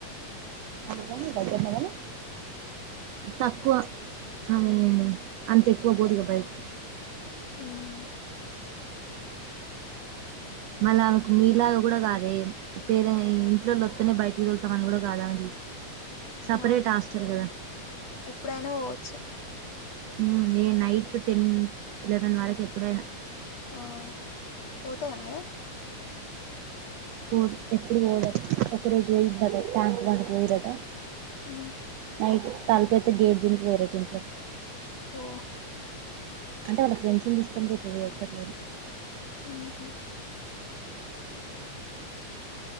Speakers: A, on the right; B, on the left.
A: అందుకా మీకు దగ్గర్నే కదా తక్కువ ఆమె అంత ఎక్కువ బోదిగా బయటికి
B: హ్మ్
A: మళ్ళామెకు మీలాగ గుడా కాదే పేర ఇంట్లోలొత్తనే బయటికి దొలుతాం అని కూడా గాదా ఆమె సపరేట్
B: ఆ
A: హాస్టల్ కదా
B: ఎప్పుడైనా పోవచ్చు
A: ఉ ఏ నైట్ టెన్ ఎలెవెన్ వరకు ఎప్పుడైనా
B: ఆ పోతద మరి
A: పోదు ఎప్పుడు పోలే ఒకరోజు పోయిందట ట్యాంక్ బండ్ కు పోయిందట
B: ఊ
A: నైట్ తలుపు ఎత్తె గేట్ దుకి పోయిరంట ఇంట్లో
B: ఓ
A: అంటే వాళ్ళ ఫ్రెండ్స్ని తీసుకొని పోతుది ఒక్కతే
B: ఊహు